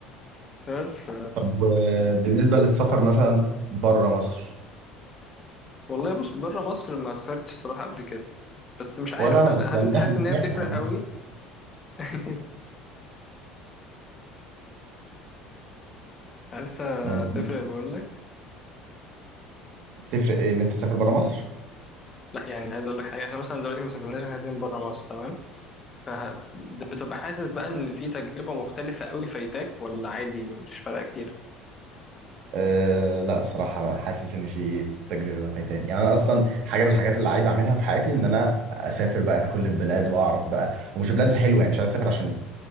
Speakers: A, on the left; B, on the right.
A: بس ف
B: طب آه، بالنسبه للسفر مثلا بره مصر
A: والله بص بره مصر ما سافرتش صراحه قبل كده بس مش عارف
B: ولا انا
A: هل
B: بس
A: هل
B: يعني
A: انت حاسس
B: احنا
A: ان هي بتفرق
B: احنا مع مصر
A: قوي <laughs> حاسسها
B: يعني
A: بتفرق بقول
B: تفرق ايه ان انت تسافر بره مصر
A: لا يعني عايز اقول لك حاجه احنا مثلا دلوقتي ما سافرناش احنا اتنين بره مصر تمام فبتبقى حاسس بقى ان في تجربه مختلفه قوي فايتاك ولا عادي مش فارقه كتير
B: أه لا بصراحة حاسس إن في تجربة فايتاني يعني أنا أصلا حاجة من الحاجات اللي عايز أعملها في حياتي إن أنا أسافر بقى كل البلاد وأعرف بقى ومش البلاد الحلوة يعني مش عايز أسافر عشان